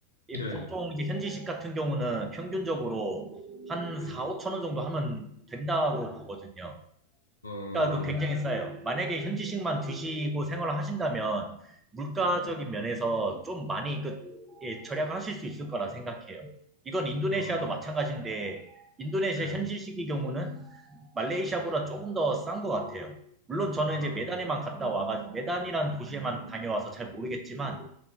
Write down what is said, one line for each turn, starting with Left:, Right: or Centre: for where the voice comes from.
Right: 이
Left: 네,
Right: 보통 이제 현지식 같은 경우는 평균적으로 한
Left: 네,
Right: 4, 5천 원 정도 하면 된다고 보거든요.
Left: 어,
Right: 그러니까 그 굉장히 싸요. 만약에 현지식만 드시고 생활을 하신다면 물가적인
Left: 네,
Right: 면에서 좀 많이 그 예, 절약을 하실 수 있을 거라 생각해요. 이건 인도네시아도
Left: 어,
Right: 마찬가지인데 인도네시아
Left: 네,
Right: 현지식의 경우는 말레이시아보다 조금 더 싼 것 같아요. 물론 저는
Left: 아,
Right: 이제 메단에만 갔다 와가 메단이라는 도시에만 다녀와서 잘 모르겠지만